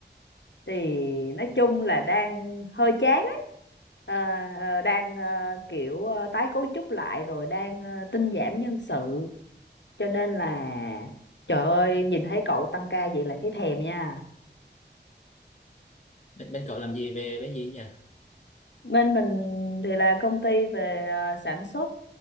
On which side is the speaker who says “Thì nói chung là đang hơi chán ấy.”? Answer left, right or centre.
Left